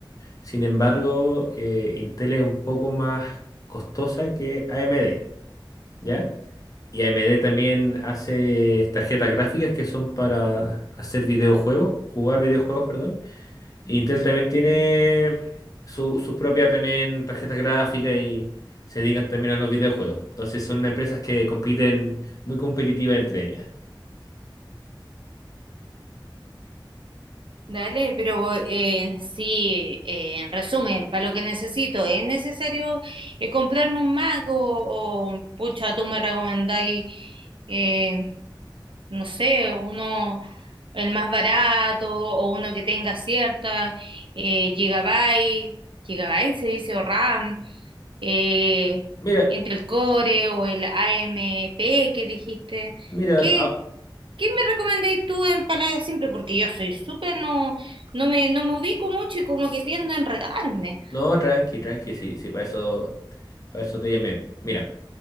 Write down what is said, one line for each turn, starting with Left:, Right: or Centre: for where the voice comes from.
Left: Sin embargo, eh, Intel es un poco más costosa que AMD, ¿ya? Y AMD también hace tarjetas gráficas que son para hacer videojuegos, jugar videojuegos, perdón. Intel también tiene su, su propia también tarjeta gráfica y se dedican también a los videojuegos. Entonces son unas empresas que compiten muy competitivas entre ellas.
Right: Dale, pero eh, sí, eh, en resumen, para lo que necesito, ¿es necesario eh, comprarme un Mac o, o, pucha, tú me recomendáis, eh, no sé, uno el más barato o uno que tenga cierta eh, gigabyte, gigabyte se dice, o RAM, eh,
Left: Mira,
Right: Intel Core o el AMP que dijiste?
Left: mira,
Right: ¿Qué,
Left: ah,
Right: ¿Qué me recomendáis tú en palabras simples? Porque yo soy súper, no, no me, no me ubico mucho y como que tiendo a enredarme.
Left: no, tranqui, tranqui, sí, sí, para eso, para eso te llamé. Mira,